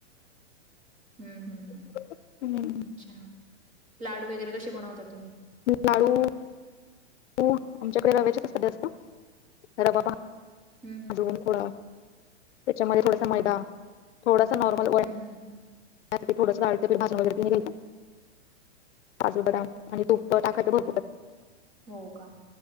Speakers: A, on the right; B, on the left.
A: हम्म. हम्. हम्.
B: कळत हम्म.
A: अच्छा. लाडू वगैरे कशे बनवता तुम्ही?
B: लाडू - डू. आमच्याकडे रव्याचेच असतात जास्त. रवा भाज -
A: हम् हम
B: दोन <unintelligible> त्याच्या मध्ये थोडासां मैदा थोडसं नॉर्मल
A: हम हम हम
B: त्याच्यात ते थोडंस डाळीच पीठ भाजुन वगैरे ती नी घ्यायचं... काजु, बदाम आणि तुप टाकायच भरपुर
A: हो का,